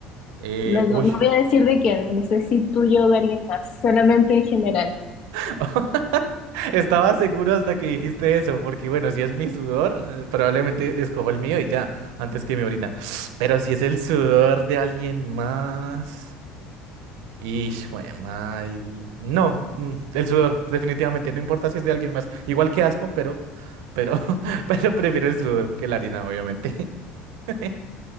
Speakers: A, on the right (about 80°); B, on the left (about 40°).
A: Eh,
B: No, no-
A: uy,
B: no voy a decir de quién, no sé si tuyo o de alguien más, solamente en general.
A: <laughs> estaba seguro hasta que dijiste eso, porque bueno, si es mi sudor, eh, probablemente escojo el mío y ya, antes que mi orina. <sniffs> Pero si es el sudor de alguien más. Y madre. No, mm, el sudor, definitivamente, no importa si es de alguien más. Igual que asco, pero, pero, <laughs> pero prefiero el sudor que la harina, obviamente. <laughs>